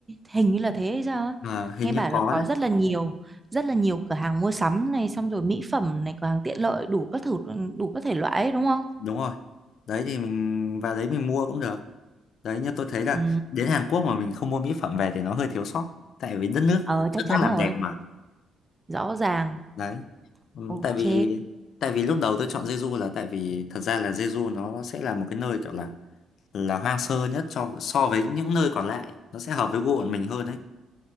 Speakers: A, on the right; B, on the left.
A: hình như là thế hay sao á.
B: ờ, hình
A: Nghe
B: như
A: bảo
B: có
A: là có
B: đấy
A: rất là nhiều, rất là nhiều cửa hàng mua sắm này xong rồi mỹ phẩm này, cửa hàng tiện lợi đủ các thử đủ các thể loại ấy, đúng không?
B: đúng rồi đấy thì mình vào đấy mình mua cũng được đấy như tôi thấy là
A: Ừ.
B: đến Hàn Quốc mà mình không mua mỹ phẩm về thì nó hơi thiếu sót tại vì đất nước
A: Ờ chắc
B: đất
A: chắn
B: nước làm
A: rồi,
B: đẹp mà
A: rõ ràng.
B: đấy Ừm,
A: Ok.
B: tại vì tại vì lúc đầu tôi chọn Jeju là tại vì thật ra là Jeju nó sẽ là một cái nơi kiểu là là hoang sơ nhất cho so với những nơi còn lại nó sẽ hợp với gu bọn mình hơn đấy